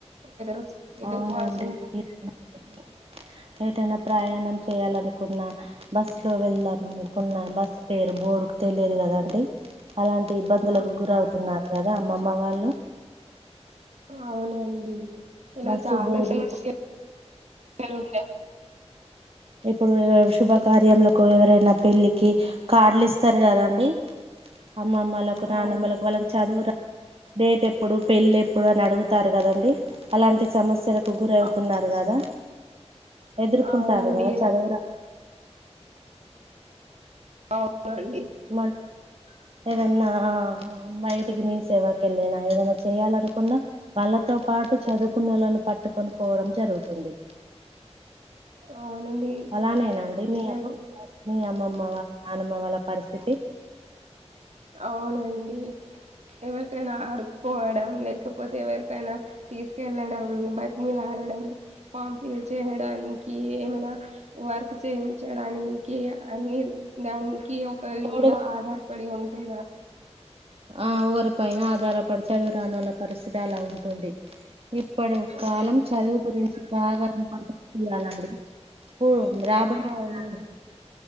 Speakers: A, on the right; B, on the right.
A: ఎదురు ఎదుర్కోవాల్సి
B: ఔనండి
A: ఉంటుంది
B: ఎట్ న ఎటనా ప్రయాణం చేయాలనుకున్న బస్ లో వెళ్ దామ్ కున్నమ్ బసు పేరు బోడు క్ తెల్ యద్ కద అండి అలాంటి ఇబ్బంద్
A: ఆ
B: లకు గురవ్ తున్నారు కదా అమ్మమ్మ వాళ్ళు
A: అవునండి ఇలా
B: బస్సు
A: చాలా
B: బోర్డు
A: సమస్య లుండే
B: ఇప్పుడూ శుభకార్యాంలకు ఎవరైనా పెళ్ళికి కార్డులు ఇస్తరు కదాండి అమ్మమ్మలకు నానమ్మలకు
A: అవును
B: వాళ్ళకి చదువు రా డేట్ ఎప్పుడు పెళ్ళి ఎప్పుడని అడుగుతారు కదండి అలాంటి సమస్యల కు గురవ్
A: ఆ
B: తున్నారు గదా ఎదురు కుంటారు
A: అవునండి
B: గదా చదువురా
A: ఔనండి
B: మన ఏదన్నా బయ్ టికి మీ సేవాకెళ్ళిన ఏదనా చేయాలనుకున్న వాళ్ళతో పాటు చదుకున్నోలను పట్టుకొన్ పోడం జరుగుతుంది
A: అవునండి
B: అలానేేనాండి మీ
A: లేదు
B: అత్ మీ అమ్ మ్మమ్మవ యనమ్మ వాళ్ళ పరిస్థితి
A: ఔనండి ఎవర్ కైనా ఆ అడుకోవడం లేకపోతే యావర్ కైనా తీస్ కెళ్లడం భాత్ మీలాడ డమ్ పామ్ ఫిల్ చేయ్ డానికి ఏమనా వర్క్ చేయించడానికి ఆ అనీర్ దామ్ కి ఒకరి
B: ఇప్పుడు
A: మీద ఆధారపడి ఉంటుందా
B: ఆ ఓర్ పైన ఆధారపడ్ చదురానోల పర్ సుతి అలా ఉంటుంది ఇపడు కాలం
A: అవును
B: చదుగురించి బాగా ఇయ్యలండి పో రాబై నాడు
A: అవునండి